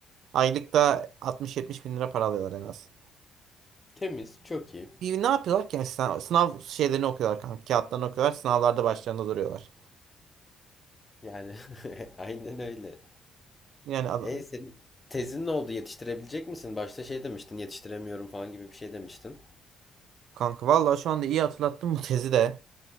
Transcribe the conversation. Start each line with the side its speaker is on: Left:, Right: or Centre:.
Right: Aylıkta 60-70 bin lira para alıyorlar en az.
Left: Temiz, çok iyi.
Right: Bir ne yapıyorlar ki asistan? Sınav şeylerini okuyorlar kanka. Kağıtlarını okuyorlar. Sınavlarda başlarında duruyorlar.
Left: Yani <laughs> aynen öyle.
Right: Yani ad-
Left: E senin tezin ne oldu? Yetiştirebilecek misin? Başta şey demiştin, yetiştiremiyorum falan gibi bir şey demiştin.
Right: kanka vallahi şu anda iyi hatırlattın bu tezi de.